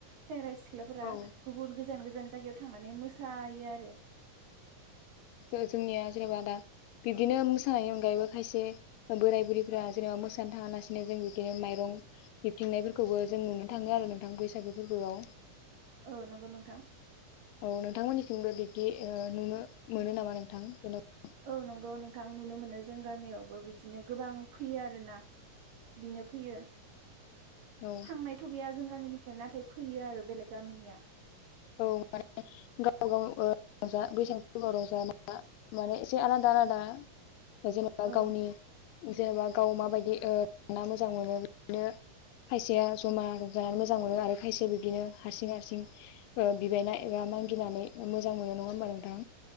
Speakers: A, on the right (about 80°); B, on the left (about 85°).
A: सेंग्रा सिख सिख्लाफोरा
B: औ
A: गुबुन गोजान गो गोजान जायगायाव थांनानै मोसायो आरो
B: औ जोंनिया जेनेबा दा बिब्दिनो मोसानायनि अनगायैबो खायसे बोराय बुरैफ्रा जेनेबा मोसानो थाङालासिनो जों बिदिनो माइरं बिबथिंनायफोरखौबो जों नुनो थाङो आरो नोंथां बैसागो फोरबोआव।
A: औ नंगौ नोंथां।
B: औ नोंथांमोननिसिमबो बिब्दि ओ नुनो मोनो नामा नोंथां जेन'बा
A: औ नंगौ नोंथां नुनो मोनो जों गामियावबो बिदिनो गोबां फैयो आर ना। बिनो फैयो
B: औ
A: थांनायथ' गैया जों गामिनिफ्राय नाथाय फैयो आरो बेलेग गामिनिया।
B: औ माने गाव गाव रंजा बैसागुाव रंज ना माने एसे आलादा आलादा जेनेबा
A: औ
B: गावनि जेनेबा गाव माबायदि जा ओ मोजां मोनो बिदिनो खायसेया जमा जानानै मोजां मोनो आरो खायसेया बिब्दिनो हारसिं हारसिं बिबायना एबा मागिनानै मोजां मोनो नङा। होमबा नोंथां